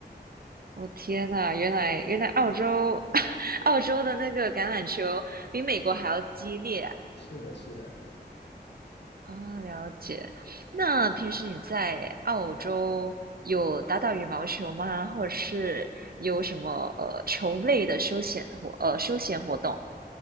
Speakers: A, on the right (about 60°); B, on the left (about 80°).
A: 我天呐，原来原来澳洲 <laughs> 澳洲的那个橄榄球比美国还要激烈啊！
B: 是的，是的。
A: 哦了解。那平时你在澳洲有打打羽毛球吗？或者是有什么呃球类的休闲活呃休闲活动？